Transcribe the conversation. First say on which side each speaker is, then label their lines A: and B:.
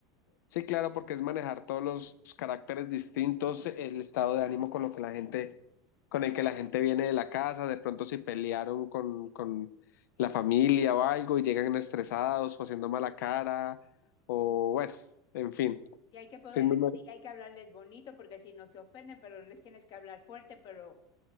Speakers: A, on the left; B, on the left.
A: Sí, claro, porque es manejar todos los caracteres distintos, el estado de ánimo con lo que la gente, con el que la gente viene de la casa, de pronto si pelearon con, con la familia o algo y llegan estresados o haciendo mala cara, o bueno, en fin,
B: Y hay que poder,
A: sin número-
B: y hay que hablarles bonito porque si no se ofenden, pero les tienes que hablar fuerte, pero,